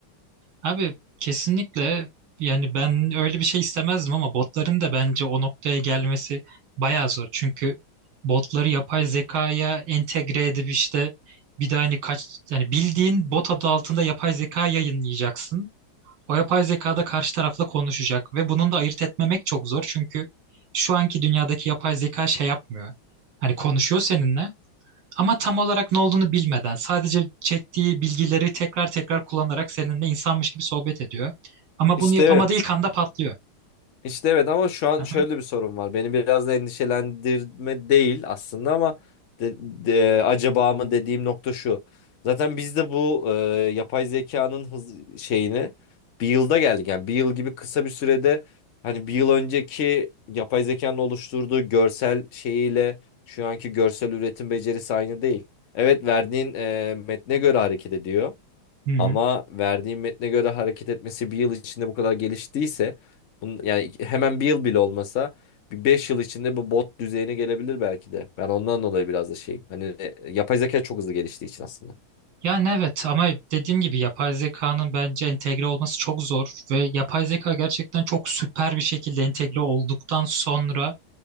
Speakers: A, on the right; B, on the left.
A: Abi kesinlikle yani ben öyle bir şey istemezdim ama botların da bence o noktaya gelmesi bayağı zor. Çünkü botları yapay zekaya entegre edip işte bir de hani kaç yani bildiğin bot adı altında yapay zeka yayınlayacaksın. O yapay zeka da karşı tarafla konuşacak ve bunun da ayırt etmemek çok zor. Çünkü şu anki dünyadaki yapay zeka şey yapmıyor. Hani konuşuyor seninle ama tam olarak ne olduğunu bilmeden sadece çektiği bilgileri tekrar tekrar kullanarak seninle insanmış gibi sohbet ediyor. Ama
B: İşte
A: bunu yapamadığı
B: evet.
A: ilk anda patlıyor.
B: İşte evet ama şu an
A: Aha.
B: şöyle bir sorun var. Beni biraz da endişelendirme değil aslında ama de- de- acaba mı dediğim nokta şu. Zaten biz de bu e, yapay zekanın hız şeyini bir yılda geldik. Yani bir yıl gibi kısa bir sürede hani bir yıl önceki yapay zekanın oluşturduğu görsel şeyiyle şu anki görsel üretim becerisi aynı değil. Evet verdiğin e, metne göre hareket ediyor.
A: Hı hı.
B: Ama
A: hı.
B: verdiğim metne göre hareket etmesi bir yıl içinde bu kadar geliştiyse bunun, yani iki- hemen bir yıl bile olmasa bir 5 yıl içinde bu bot düzeyine gelebilir belki de. Ben ondan dolayı biraz da şeyim. Hani e, yapay zeka çok hızlı geliştiği için aslında.
A: Yani evet ama dediğim gibi yapay zekanın bence entegre olması çok zor ve yapay zeka gerçekten çok süper bir şekilde entegre olduktan sonra